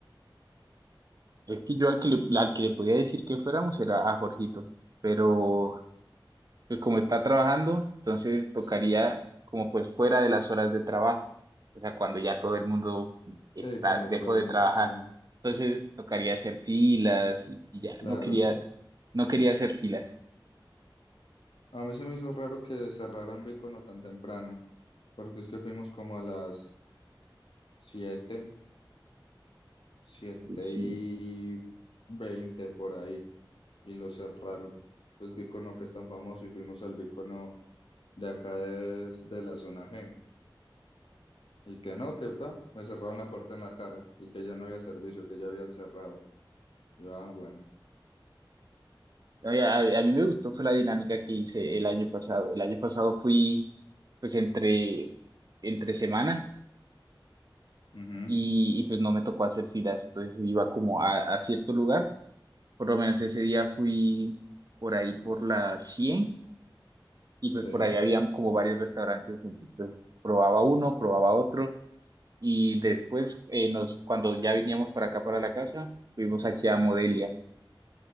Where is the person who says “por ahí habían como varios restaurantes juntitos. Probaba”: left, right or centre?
Right